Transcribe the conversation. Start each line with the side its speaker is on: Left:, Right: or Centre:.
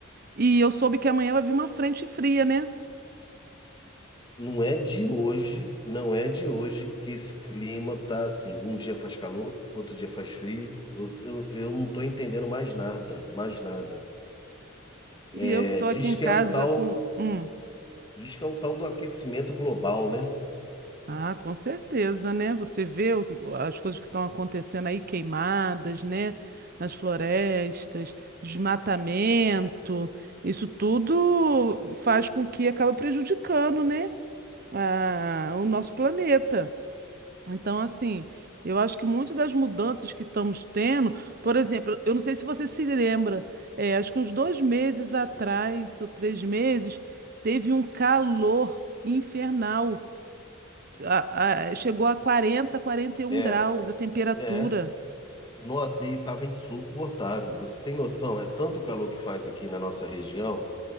Right: E eu soube que amanhã vai vir uma frente fria, né?
Left: Não é de hoje, não é de hoje que esse clima tá assim. Um dia faz calor, outro dia faz frio. Eu, eu eu não tô entendendo mais nada, mais nada.
Right: E
Left: É,
Right: eu que tô
Left: diz
Right: aqui em
Left: que
Right: casa
Left: é o tal,
Right: com. hum,
Left: diz que é o tal do aquecimento global, né?
Right: Ah, com certeza, né? Você vê o que- as coisas que estão acontecendo aí, queimadas, né? Nas florestas, desmatamento, isso tudo faz com que acaba prejudicando, né? a- o nosso planeta. Então, assim, eu acho que muito das mudanças que estamos tendo, por exemplo, eu não sei se você se lembra, é, acho que uns dois meses atrás, ou três meses, teve um calor infernal a- a- chegou a quarenta, quarenta e um
Left: É,
Right: graus a temperatura.
Left: é. Nossa, e tava insuportável. Você tem noção? É tanto calor que faz aqui na nossa região